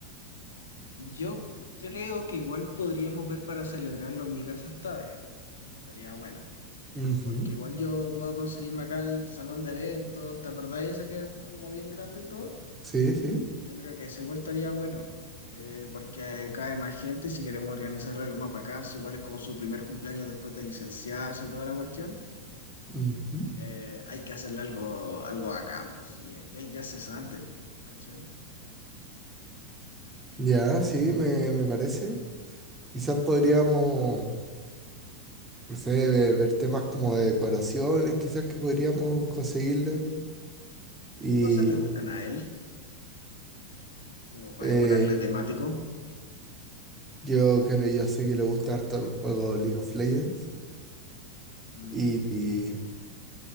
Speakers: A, on the left; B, on the right.
A: Yo creo que igual podríamos ver para celebrarlo en mi casa esta vez. Estaría bueno.
B: Ujú,
A: Porque igual yo puedo conseguirme acá el salón de eventos. ¿Te acordáis ese que es como bien grande y todo?
B: Sí, sí.
A: Yo creo que ese igual estaría bueno. eh, porque cae más gente y si queremos organizar algo más bacán, si igual es como su primer cumpleaños después de licenciarse y toda la cuestión,
B: ujú.
A: eh, hay que hacerle algo, algo bacán, pues sí. eh. Él ya es cesante, pues, ¿cachai?
B: Ya, sí, me, me parece. Quizás podríamos, no sé, ve- ver temas como de decoraciones, quizás que podríamos conseguirle. Y
A: ¿Qué cosas le gustan a él? Como para
B: eh,
A: decorarle temático.
B: yo creo, yo sé que le gusta harto el juego League of Legends.
A: ¿Mm?
B: Y, y,